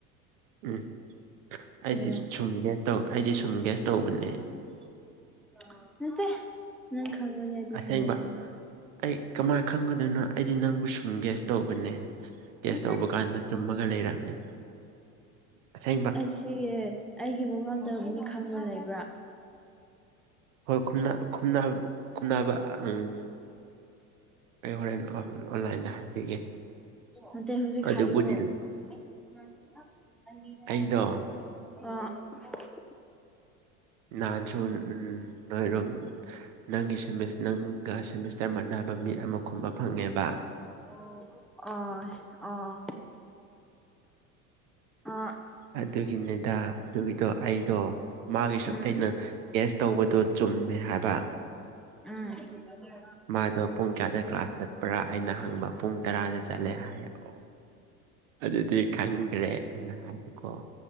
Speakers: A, on the right (about 65°); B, in the centre.
A: ꯎꯝ ꯑꯩꯗꯤ
B: ꯍꯥꯏꯌꯣ
A: ꯁꯨꯝ ꯒꯦ ꯇꯧ ꯑꯩꯗꯤ ꯁꯨꯝ ꯒ꯭ꯌꯥꯁ ꯇꯧꯕꯅꯦ
B: <unintelligible> ꯅꯪ ꯈꯪꯃꯅꯤ ꯑꯗꯨꯒꯤ
A: ꯑꯁꯦꯡꯕ
B: ꯍꯥꯏꯕꯅꯤ
A: ꯑꯩ ꯀꯃꯥꯏ ꯈꯪꯒꯗꯣꯏꯅꯣ ꯑꯩꯗꯤ ꯅꯪꯕꯨ ꯁꯨꯝ ꯒ꯭ꯦꯁ ꯇꯧꯕꯅꯦ
B: <unintelligible>
A: ꯒ꯭ꯌꯥꯁ ꯇꯧꯕ ꯀꯥꯟꯗ ꯆꯨꯝꯃꯒ ꯂꯩꯔꯝꯃꯦ ꯑꯁꯦꯡꯕ
B: ꯁꯤ ꯑꯩꯒꯤ ꯃꯉꯝꯗ ꯃꯤ ꯈꯪꯕ ꯂꯩꯕ꯭ꯔꯥ
A: ꯍꯣꯏ <unintelligible> ꯎꯝ ꯑꯩ ꯍꯣꯔꯦꯟ ꯑꯣꯟꯂꯥꯏꯟꯗ ꯍꯥꯏꯕꯤꯒꯦ
B: ꯅꯠꯇꯦ ꯍꯧꯖꯤꯛ
A: ꯑꯗꯨꯕꯨꯗꯤ
B: ꯍꯥꯏꯌꯣ <unintelligible>
A: ꯑꯩꯗꯣ ꯅꯍꯥꯟꯁꯨ ꯅꯣꯏꯔꯣꯝ ꯅꯪꯒꯤ <unintelligible> ꯅꯪꯒ <unintelligible> ꯆꯞ ꯃꯥꯟꯅꯕ ꯃꯤ ꯑꯃ ꯈꯨꯝꯕ ꯐꯪꯉꯦꯕ
B: ꯑꯣ ꯑꯣ ꯑꯥ
A: ꯑꯗꯨꯒꯤꯅꯦꯗꯥ ꯑꯗꯨꯒꯤꯗꯣ ꯑꯩꯗꯣ ꯃꯥꯒꯤꯁꯨ
B: ꯎꯝ
A: ꯑꯩꯅ ꯀꯦꯁ ꯇꯧꯕꯗꯨ ꯆꯨꯝꯃꯦ ꯍꯥꯏꯕ
B: ꯎꯝ <unintelligible>
A: ꯃꯥꯗꯣ ꯄꯨꯡ ꯀꯌꯥꯗ ꯀ꯭ꯂꯥꯁ ꯆꯠꯄ꯭ꯔꯥ ꯑꯩꯅ ꯍꯪꯕ ꯄꯨꯡ ꯇꯔꯥꯗ ꯆꯠꯂꯦ ꯍꯥꯏꯛꯑꯣ ꯑꯗꯨꯗꯤ ꯈꯪꯒ꯭ꯔꯦ ꯑꯩꯅ ꯍꯥꯏꯕꯀꯣ